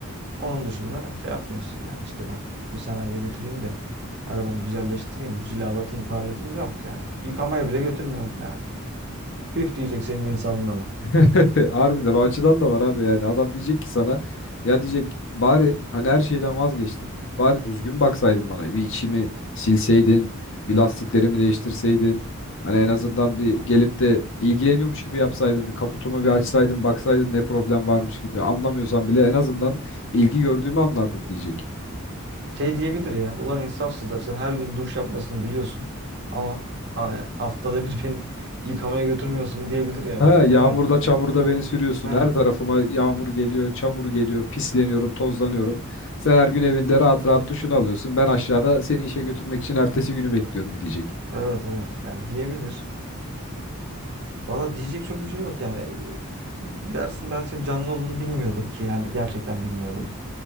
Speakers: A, on the right (about 50°); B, on the left (about 55°).
A: onun dışında şey yapmıyorsun yani işte ben bir sanayiye götüreyim de arabamı güzelleştireyim, bir cilalatayım, parlatayım yok yani. Yıkamaya bile götürmüyorsun yani. Püh diyecek senin insanlığına.
B: <laughs> Harbiden o açıdan da var abi yani adam diyecek ki sana ya diyecek bari hani her şeyden vazgeçtim bari düzgün baksaydın bana bir içimi silseydin bir lastiklerimi değiştirseydin hani en azından bir gelip de ilgileniyormuş gibi yapsaydın kaputumu bir açsaydın baksaydın ne problem varmış gibi anlamıyorsan bile en azından ilgi gördüğümü anlardım diyecek.
A: Şey diyebilir ya, ulan insafsızlar sen her gün duş yapmasını biliyorsun ama ha- haftada bir beni <laughs> yıkamaya götürmüyorsun diyebilir yani
B: Ha yağmurda
A: değil mi?
B: çamurda beni sürüyorsun.
A: He.
B: Her tarafıma yağmur geliyor, çamur geliyor, pisleniyorum, tozlanıyorum. Sen her gün evinde rahat rahat duşunu alıyorsun. Ben aşağıda seni işe götürmek için ertesi günü bekliyorum diyecek.
A: Evet evet yani diyebilir. Valla diyecek çok bir şey yok yani. Dersin ben senin canlı olduğunu bilmiyordum ki yani gerçekten bilmiyordum.